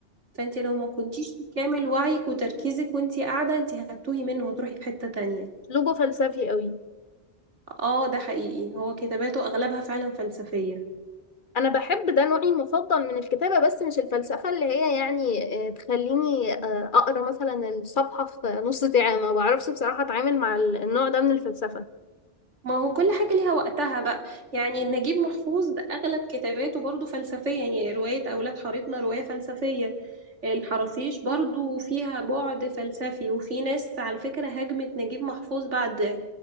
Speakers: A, on the right; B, on the left.
A: فانت لو ما كنتيش في كامل وعيك وتركيزك وانت قاعدة انت هتتوهي منه وهتروحي في حتة تانية
B: اسلوبه فلسفي قوي
A: اه ده حقيقي هو كتاباته اغلبها فعلا فلسفية
B: انا بحب ده نوعي المفضل من الكتابة بس مش الفلسفة اللي هي يعني آه، تخليني آه، اقرا مثلا الصفحة في نص ساعة ما بعرفش بصراحة اتعامل مع ال- النوع ده من الفلسفة
A: ما هو كل حاجة ليها وقتها بقى يعني نجيب محفوظ اغلب كتاباته برضو فلسفية يعني رواية اولاد حارتنا رواية فلسفية الحرافيش برضو فيها بعد فلسفي وفي ناس على فكرة هاجمت نجيب محفوظ بعد